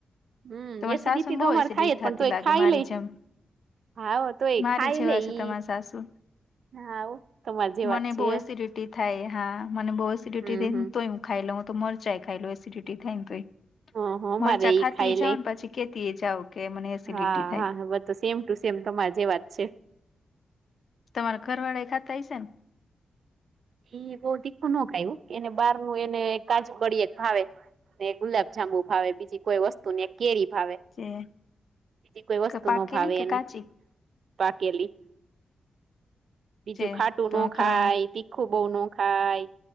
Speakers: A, on the right; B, on the left.
A: હમ્મ
B: તમારી
A: એસિડિટી
B: સાસુ ને બહુ
A: તો અમારે
B: એસિડિટી
A: થાય જ પણ
B: થતી
A: તોય
B: લાગે
A: ખાઈ
B: મારી
A: લઈ
B: જેમ
A: હા તો એ
B: મારી
A: ખાઈ
B: જેવા
A: લઈ
B: છે તમારા સાસુ
A: હા હો તમારી જેવા
B: મને
A: જ છે.
B: બહુ એસિડિટી થાય હા મને બઉ એસિડિટી
A: હમ
B: થઈને
A: હમ
B: તોય ખાઈ લઉ તો મરચાઈ ખાઈ લઉ એસિડિટી થાય ને તોએ
A: હ હ અમારે
B: મરચા
A: ઈ
B: ખાતી
A: ખાઈ લે
B: જાઓ ને પછી કેતી એ જાવ કે મને એસિડિટી
A: હા
B: થાય.
A: હા બ તો સેમ ટુ સેમ તમાર જેવા જ છે.
B: તમારા ઘરવાળા એ ખાતા હશે ને
A: એ બહું તીખું નો ખાય એવું એને બાર નું એને કાજુ ગળીએ ભાવે ને ગુલાબ જાંબુ ભાવે બીજી કોઈ વસ્તુ ને કેરી ભાવે.
B: ને
A: બીજી કોઈ વસ્તુ
B: જે પાકેલી
A: નો ભાવે
B: કે
A: એને
B: કાચી
A: પાકેલી બીજું
B: જે
A: ખાટું
B: તમારા
A: નો
B: ઘરવાળા
A: ખાય તીખું બઉ નો ખાય